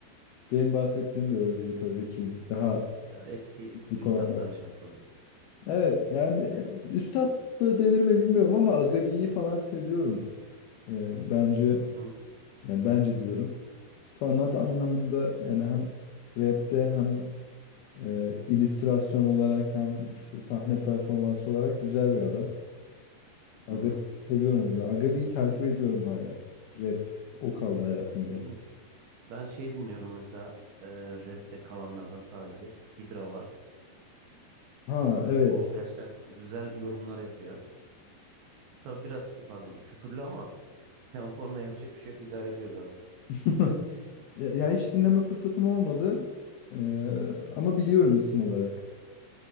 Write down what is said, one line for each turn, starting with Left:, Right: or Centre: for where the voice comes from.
Left: Benim bahsettiğim de öyle değil tabii ki. Daha
Right: Ya eski
Left: Dik
Right: üstatların
Left: olanlar.
Right: şarkıları.
Left: Evet yani bir- üstad da denir mi bilmiyorum ama Agabi'yi falan seviyorum. Ee, bence
Right: Hı hı.
Left: yani bence diyorum sanat anlamında yani hem rapte hem e, illüstrasyon olarak hem işte sahne performansı olarak güzel bir adam. Agabi
Right: Hı hı.
Left: seviyorum o yüzden. Agabi'yi takip ediyorum hala. Rap o kaldı hayatımda.
Right: İyiymiş. Ben şey dinliyorum mesela e, rapte kalanlardan sadece. Hidra var.
Left: Ha evet.
Right: O gerçekten güzel yorumlar yapıyor. Tabii biraz pardon küpürlü ama <laughs> yani o konuda yapacak bir şey yok. idare ediyoruz artık.
Left: <laughs> Ya ya hiç dinleme fırsatım olmadı. Ee, ama biliyorum isim olarak.